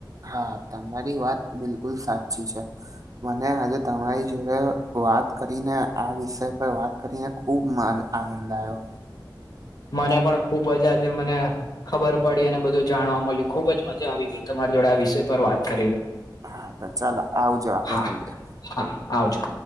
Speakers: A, on the right; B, on the left.
A: હા તમારી વાત બિલકુલ સાચી છે. મને આજે તમારી જોડે વાત કરીને આ વિષય પર વાત. કરીને ખૂબ માર આનંદ આવ્યો.
B: મને પણ ખુબજ આજે મને. ખબર પડી અને બધું જાણવા મળ્યું ખુબ જ મજા આવી ગઈ તમારી જોડે આ વિષય પર વાત કરીને.
A: હા ત ચાલ આવજો આપડે
B: હા
A: મળીએ.
B: હા આવજો.